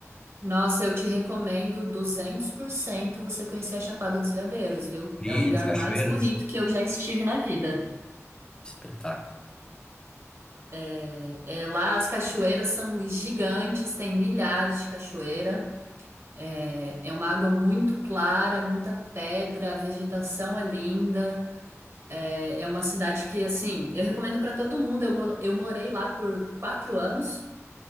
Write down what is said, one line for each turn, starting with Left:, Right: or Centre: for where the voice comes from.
Right: Nossa, eu te recomendo 200% você conhecer a Chapada dos Veadeiros, viu?
Left: Trilhas,
Right: É o lugar
Left: cachoeiras,
Right: mais bonito que eu já estive na vida.
Left: espetáculo.
Right: É, é, lá as cachoeiras são gigantes, tem milhares de cachoeiras. É, é uma água muito clara, muita pedra, a vegetação é linda. É, é uma cidade que, assim, eu recomendo para todo mundo. Eu, mo- eu morei lá por quatro anos